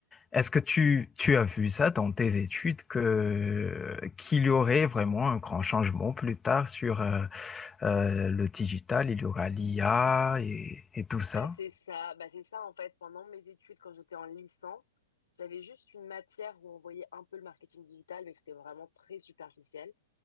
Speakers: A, on the left; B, on the left.
A: est-ce que tu, tu as vu ça dans tes études que, qu'il y aurait vraiment un grand changement plus tard sur euh, euh, le digital, il y aura l'IA et, et tout ça?
B: Bah, c'est ça, bah, c'est ça en fait. Pendant mes études, quand j'étais en licence, j'avais juste une matière où on voyait un peu le marketing digital, mais c'était vraiment très superficiel.